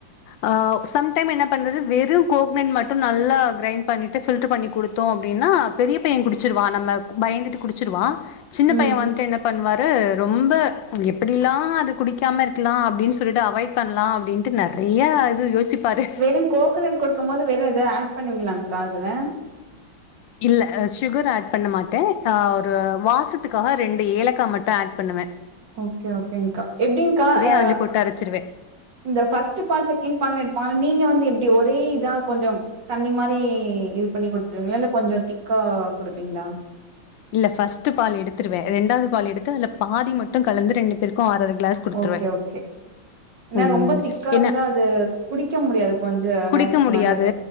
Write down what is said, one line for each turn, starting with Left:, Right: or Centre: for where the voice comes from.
Left: அ சம் டைம் என்ன பண்றது வெறும் கோக்னட் மட்டு நல்லா கிரைண்ட் பண்ணிட்டு ஃபில்டர் பண்ணி கொடுத்தோ அப்டின்னா பெரிய பைய குடிச்சிருவா நம்ம பயந்துட்டு குடிச்சிருவா சின்ன
Right: ம்
Left: பைய வந்துட்டு என்ன பண்ணுவாரு ரொம்ப எப்டிலா அது குடிக்காம இருக்கலா அப்டின்னு சொல்லிட்டு அவாய்ட் பண்ணலா அப்டின்ட்டு நெறைய இது யோசிப்பாரு
Right: வெறு கோகனட் கொடுக்கு போது வெறு ஏதாவ ஆட் பண்ணுவீங்களாங்காதுல
Left: இல்ல சுகர் ஆட் பண்ண மாட்டே த ஒரு வாசத்துக்காக ரெண்டு ஏலக்கா மட்டு ஆட் பண்ணுவே
Right: ஓகே ஓகேங்க்கா எப்டிங்க்கா ஆ
Left: அதுல போட்டு அரைச்சுருவேன்.
Right: இந்த ஃபஃர்ஸ்ட் பால் செகண்ட் பால்னு எடுப்பாங்ளே நீங்க வந்து எப்டி ஒரே இதா கொஞ்சம் தண்ணி மாதிரி இது பண்ணி குடுத்துருவீங்களா இல்ல கொஞ்சோ திக்கா கொடுப்பீங்களா
Left: இல்ல ஃபர்ஸ்ட் பால் எடுத்துருவே ரெண்டாவது பால் எடுத்து அதுல பாதி மட்டு கலந்து ரெண்டு பேருக்கு அர அர கிளாஸ் குடுத்துருவேன்.
Right: ஓகே ஓகே ஏன்னா
Left: ம்.
Right: ரொம்ப திக்கா
Left: ஏன்னா
Right: இருந்தா அது குடிக்க முடியாது கொஞ்ச
Left: குடிக்க
Right: நேரத்துக்கு
Left: முடியாது
Right: மேல அத